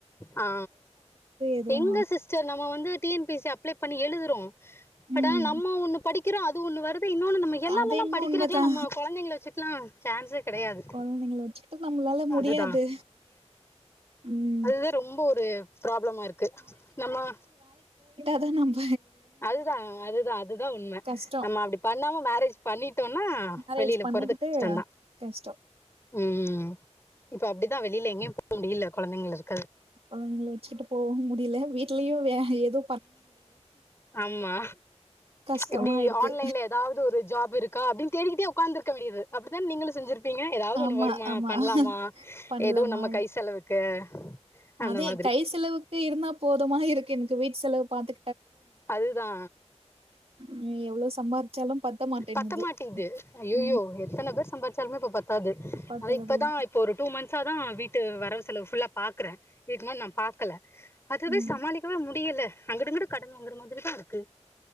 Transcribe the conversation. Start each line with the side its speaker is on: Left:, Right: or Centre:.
Left: ஆ
Right: எதுவு
Left: எங்க சிஸ்டர் நம்ம வந்து T N P S C apply பண்ணி எழுதுறோ பட்
Right: ம்
Left: ஆனா நம்ம ஒண்ணு படிக் க்கிறோ அது ஒன்னு வரு து இன்னொன்னு நம்ம எல்லாமேலா
Right: அது என்னமோ
Left: படிக்கிறதுல
Right: உண்மதா
Left: நம்ம கொழந்தைகள வச்சுட் லா சான்ஸே கெடையாது
Right: கொழந்தைங்கள வச்சுக்குட்டு நம்மளால முடியாது
Left: அதுதா
Right: ம்
Left: து ரொம்ப ஒரு பராப்ளமா இருக்கு நம்ம
Right: த நம்பு
Left: அதுதா அதுதா அதுதா உண்ம
Right: கஷ்டோ
Left: நம்ம அப்டி பண்ணாம மேரேஜ் பண்ணிட் டோனா
Right: மேரேஜ்
Left: வெளில
Right: பண்ணிக்கிட்டு
Left: போறது கஷ்ட்டோந்தா
Right: கஷ்டோ
Left: ம் இப்போ அப்டிதா வெளில எங்யு போ முடில கொழந்தைங்ளருக்
Right: அவுங்ள வச்சிட்டு போவு முடிய்ல வீட் ட்லியு வேல எது
Left: ஆமா
Right: கஷ்டமா
Left: இப்டி
Right: இருக்கு
Left: ஆன்லைன்ல ஏதாவ்து ஒரு ஜாப் இருக் அப்டின் தேடிக்கிட்டே உக்காந்துருக்க வேண்டியது அப்டிதா நீங்களு செஞ்சிரு பீங்க ஏதாவ்து
Right: ஆமா
Left: ஒன்னு வருமா
Right: ஆமா
Left: பண்ணலாமா
Right: பண்லாமா
Left: எதோ நம்ம கை செலவுக்கு அந்த
Right: அதே
Left: மாதிரி
Right: கை செலவுக்கு இருந்தா போதுமா இருக்கு எனக்கு வீட்ட செலவு பாத்
Left: அதுதா
Right: ம் எவ்ளோ சம்பாரிச்சாலு பத்த மாட்டேன்னுது
Left: பத்தமாட்டிது ஐயுயோ
Right: ம்
Left: எத்தன பேர் சம்பார்ச் யாருமே இப்ப பத் அது
Right: பாத்துக்கறதுல
Left: அத இப்பதா ஒரு டூ மந்த்ஸ் ச்சாதா விட் டு வரவு செலவு ஃபுல்லா பாக்குறே இது மாரி நா பாக்கல அதுவே
Right: ம்
Left: சமாளிக்கவே முடியல அங்குட்டு இங்குட்டு கட் கடன் வாங்குற மாதிரி தா இருக்கு